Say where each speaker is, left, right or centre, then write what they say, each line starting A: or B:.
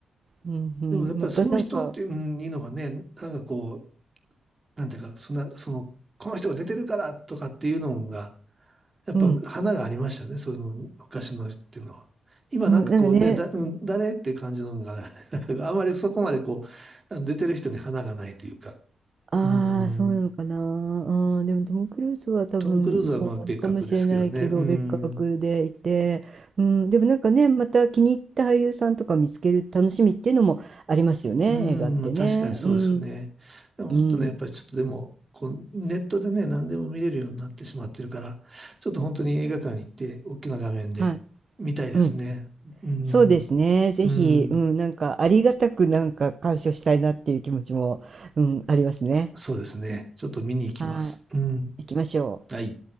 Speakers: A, on the right; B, on the right.
A: うんうん、
B: でもやっぱりその人って、
A: またなんか
B: うん、いいのがね、なんかこう、なんていうか、そんな、その、この人が出てるからとかっていうのが、やっぱ花がありましたね、
A: うん。
B: そういうの、昔のっていうのは。今なんかこうね、
A: うん、なんかね、
B: だ、うん、誰って感じのが、<laughs> なんかあんまりそこまでこう、あの出てる人に花がないというか。
A: ああ、
B: うん。
A: そうなのかな。うん、でもトム・クルーズは多分そうなのかもしれないけど、
B: トム・クルーズはまあ別格ですけどね。うん。
A: 別格でいて、うん、でもなんかね、また気に入った俳優さんとか見つける楽しみっていうのもありますよね、
B: うん、
A: 映画ってね。
B: まあ確かにそうですよね。
A: うん、
B: でももっとね、
A: うん、
B: やっぱりちょっとでも、こう、ネットでね、何でも見れるようになってしまってるから、ちょっと本当に映画館行って、大きな画面で見たいですね。
A: はい、うん。
B: うん。
A: そうですね、ぜひ、
B: うん。
A: うん、なんかありがたくなんか鑑賞したいなっていう気持ちも、うん、ありますね。
B: そうですね。ちょっと見に行きます。
A: は
B: うん。
A: い、行きましょう。
B: はい。